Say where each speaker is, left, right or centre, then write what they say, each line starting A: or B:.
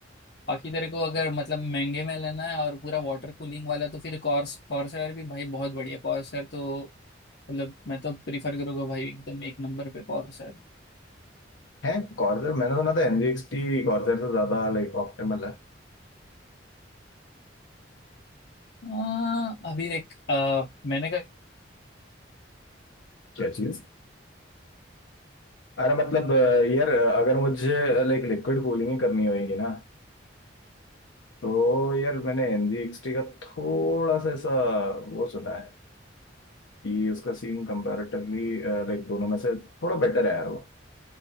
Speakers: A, on the left; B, on the left.
A: बाकी तेरे को अगर मतलब महंगे में लेना है और पूरा वाटर कूलिंग वाला तो फिर कॉर्स कॉर्सर भी भाई बहुत बढ़िया कॉर्सर तो मतलब मैं तो प्रीफर करूंगा भाई एकदम एक नंबर पे कॉर्सर
B: है कॉर्सर मैंने सुना था एनजीएक्सटी कॉर्सर से ज्यादा लाइक ऑप्टिमल है
A: आ, अभी देख आ, मैंने कहा
B: क्या चीज अरे मतलब अ, यार अगर मुझे लाइक लिक्विड कूलिंग ही करनी होगी ना तो यार मैंने एनजीएक्सटी का थोड़ा सा ऐसा वो सुना है कि उसका सीन कंपैरेटिवली लाइक दोनों में से थोड़ा बेटर है यार वो